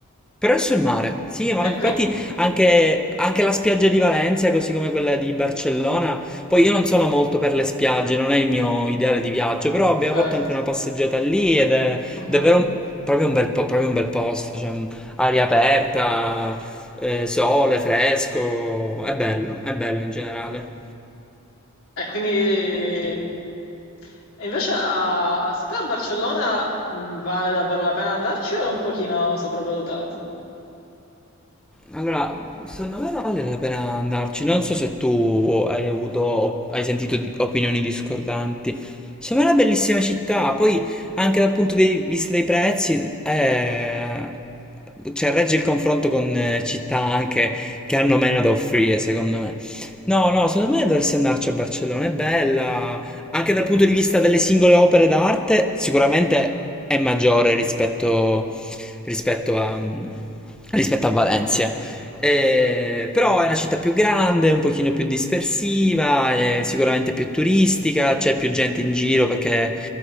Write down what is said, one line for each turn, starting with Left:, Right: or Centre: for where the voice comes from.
Centre: Però è sul mare, sì, ma
Left: E
Centre: infatti
Left: quindi,
Centre: anche, anche la spiaggia di Valencia, così come quella di Barcellona, poi io non sono molto per le spiagge, non è il mio ideale di viaggio, però abbiamo
Left: certo.
Centre: fatto anche una passeggiata lì ed è
Left: Mhm.
Centre: davvero un- proprio un bel, po- proprio un bel posto, cioè m, aria aperta, eh, sole fresco, è bello, è bello in generale.
Left: E quindi, e invece a, sapere a Barcellona mh, vale davvero la pena andarci o è un pochino sopravvalutato?
Centre: Allora, secondo me vale la pena andarci. Non so se tu hai avuto, hai sentito di- opinioni discordanti. Secondo me è una bellissima città. Poi, anche dal punto di vista dei prezzi, eh, cioè, regge il confronto con eh, città anche che hanno meno da offrire, secondo me. No, no, secondo me dovresti andarci a Barcellona. È bella. Anche dal punto di vista delle singole opere d'arte, sicuramente è maggiore rispetto, rispetto a, rispetto a Valencia. Eh, però è una città più grande, un pochino più dispersiva, è sicuramente più turistica, c'è più gente in giro perché